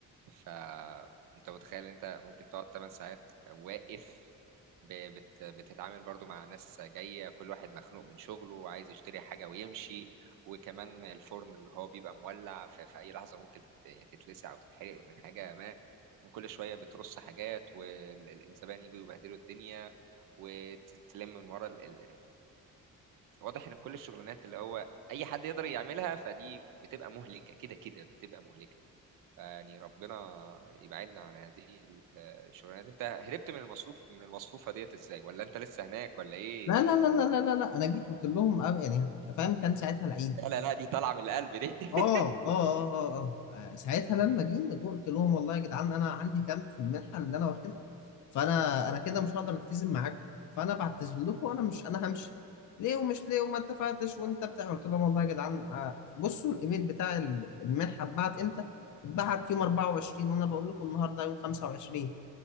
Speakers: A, on the right (about 75°); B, on the left (about 65°).
A: فانت متخيل إن انت ممكن تقعد 8 ساعات واقف ب- بت- بتتعامل برضو مع ناس جاية كل واحد مخنوق من شغله وعايز يشتري حاجة ويمشي وكمان الفرن اللي هو بيبقى مولع في, في أي لحظة ممكن تت- تتلسع أو تتحرق من حاجة ما وكل شوية بترص حاجات والزبائن يجوا يبهدلوا الدنيا وتتلم من ورا ال... ال- فواضح إن كل الشغلانات اللي هو أي حد يقدر يعملها فدي بتبقى مهلكة كده كده بتبقى مهلكة يعني ربنا يبعدنا عن هذه الشغلانات انت هربت من المصروف من المصفوفة ديت ازاي ولا انت لسه هناك ولا ايه
B: لا لا لا لا لا لا لا انا جيت قلت لهم أه يعني فاهم كان ساعتها العيد
A: لا لا لا دي طالعة من القلب دي
B: اه
A: <laughs>
B: اه اه اه آه. آه، ساعتها لما جينا قلت لهم والله يا جدعان انا عندي كام في المنحه اللي انا واخدها فانا انا كده مش هقدر التزم معاكم فانا بعتذر لكم وانا مش انا همشي ليه ومش ليه وما اتفقتش وانت بتاع قلت لهم والله يا جدعان آه، بصوا الايميل بتاع ال- المنحه اتبعت امتى اتبعت يوم 24 وانا بقول لكم النهارده يوم 25